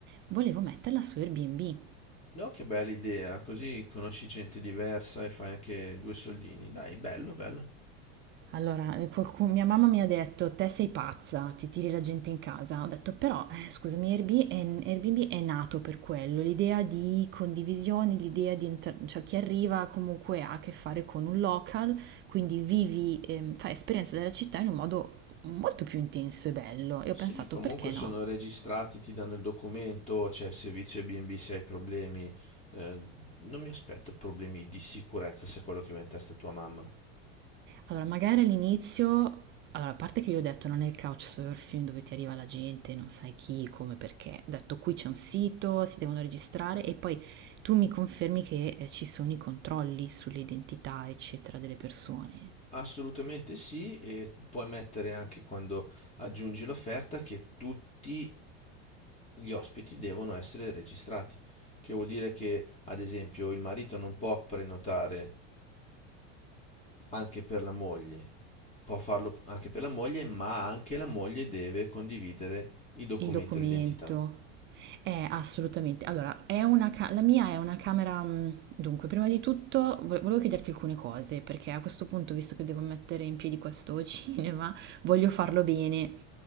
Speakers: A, on the right (about 35°); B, on the left (about 20°).
A: Volevo metterla su Airbnb.
B: No, che bella idea, così conosci gente diversa e fai anche due soldini. Dai, bello, bello.
A: Allora, eh, qualcu- mia mamma mi ha detto: Te sei pazza, ti tiri la gente in casa. Ho detto, però, eh, scusami, Airbnb è, Airbnb è nato per quello, l'idea di condivisione, l'idea di inter- cioè chi arriva comunque ha a che fare con un local, quindi vivi, ehm, fai esperienza della città in un modo molto più intenso e bello. E
B: Sì,
A: ho pensato,
B: comunque
A: perché
B: sono
A: no?
B: registrati, ti danno il documento, c'è il servizio B&B se hai problemi. Eh, non mi aspetto problemi di sicurezza se è quello che va in testa a tua mamma.
A: Allora, magari all'inizio, allora, a parte che io ho detto non è il couchsurfing dove ti arriva la gente, non sai chi, come, perché. Ho detto qui c'è un sito, si devono registrare e poi tu mi confermi che eh, ci sono i controlli sull'identità, eccetera, delle persone.
B: Assolutamente sì, e puoi mettere anche quando aggiungi l'offerta che tutti gli ospiti devono essere registrati, che vuol dire che, ad esempio, il marito non può prenotare anche per la moglie. Può farlo anche per la moglie, ma anche la moglie deve condividere il documento
A: Il documento.
B: d'identità.
A: Eh, assolutamente. Allora, è una ca- la mia è una camera... mm, Dunque, prima di tutto vo- volevo chiederti alcune cose, perché a questo punto, visto che devo mettere in piedi questo <laughs> cinema, voglio farlo bene.